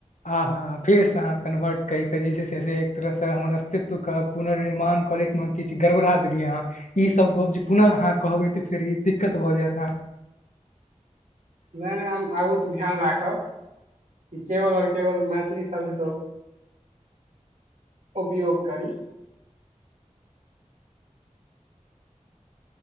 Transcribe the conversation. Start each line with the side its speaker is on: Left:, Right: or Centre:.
Left: आ ह फेरसँ अहाँ कन्वर्ट कर क जे छै से, एक तरहसँ हमर अस्तित्वके पुनर्निर्माण करयमे किछु गड़बड़ा देलियै, अहाँ ईसभ गप जे पुनः अहाँ कहबै तऽ, फेर ई दिक्कत भऽ जायत, अहाँ
Right: नहि- नहि, हम आगूसँ ध्यान राखब। ई केवल और केवल मैथिली शब्द हो। उपयोग करी!